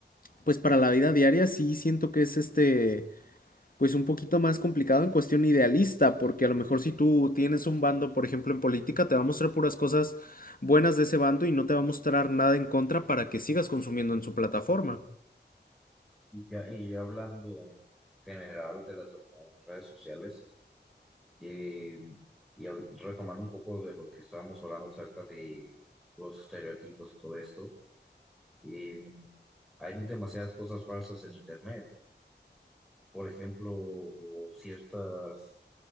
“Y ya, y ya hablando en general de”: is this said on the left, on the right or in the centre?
Centre